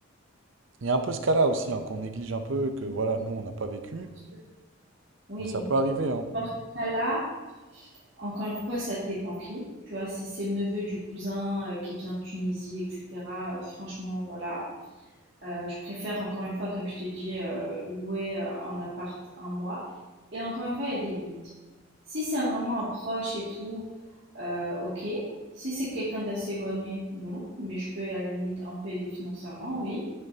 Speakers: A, on the right; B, on the right.
A: Il y a un peu ce cas-là aussi, hein, qu'on néglige un peu, que voilà,
B: Oui,
A: nous, on n'a pas vécu,
B: bien sûr. Oui.
A: mais ça peut arriver, hein.
B: Dans ce cas-là, encore une fois, ça dépend qui. Tu vois, si c'est le neveu du cousin euh, qui vient de Tunisie, etc., euh, franchement, voilà. Heu, je préfère encore une fois, comme je t'ai dit, heu, louer, heu, un appart un mois et encore une fois, il y a des limites. Si c'est vraiment un proche et tout, heu, OK. Si c'est quelqu'un d'assez éloigné, non, mais je peux à la limite un peu aider financièrement, oui.